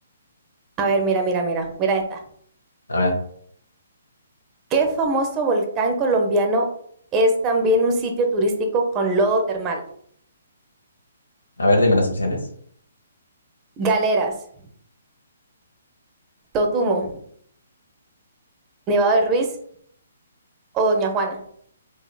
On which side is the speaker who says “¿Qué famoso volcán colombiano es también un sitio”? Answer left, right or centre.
Right